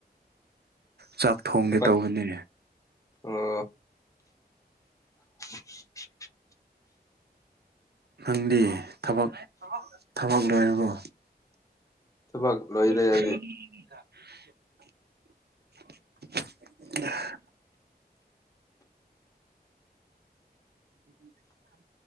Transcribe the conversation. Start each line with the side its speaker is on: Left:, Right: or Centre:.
Right: ꯆꯥꯛ ꯊꯣꯡꯒꯦ
Left: ꯊꯕꯛ
Right: ꯇꯧꯕꯅꯤ
Left: ꯑꯣ <inaudible>
Right: ꯅꯪꯗꯤ ꯊꯕꯛ ꯊꯕꯛ ꯂꯣꯏꯔꯕꯣ
Left: ꯊꯕꯛ ꯂꯣꯏꯔꯦ
Right: <unintelligible>
Left: ꯑꯩꯗꯤ
Right: ꯑꯥ <inaudible>